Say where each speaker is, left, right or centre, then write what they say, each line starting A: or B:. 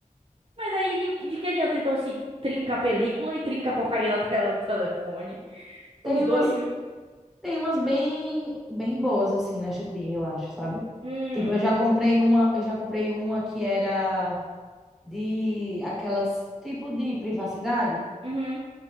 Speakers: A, on the right (about 45°); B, in the centre.
A: Mas aí, e o que- de que adianta então se trinca a película e trinca a porcaria da tela do telefone?
B: Tem
A: Os dois
B: umas,
A: juntos.
B: tem umas bem, bem boas assim na Shopee, eu acho, sabe?
A: Hum.
B: Tipo, eu já comprei uma, eu já comprei uma que era de aquelas tipo de privacidade
A: Uhum.